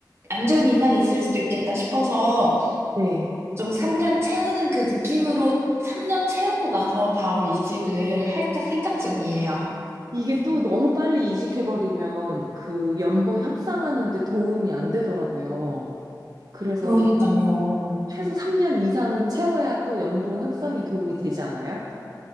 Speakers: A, on the right (about 35°); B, on the right (about 60°).
A: 안 좋은 인상이 있을 수도 있겠다 싶어서
B: 네. 네. 네.
A: 좀 3년 채우는 그 느낌으로 3년 채우고 나서 바로 이직을 할까 생각 중이에요.
B: 이게 또 너무 빨리 이직해버리면 그 연봉 협상하는데 도움이 안 되더라고요. 그래서
A: 그러니까요.
B: 최소 3년 이상은 채워야 또 연봉 협상에 도움이 되지 않아요?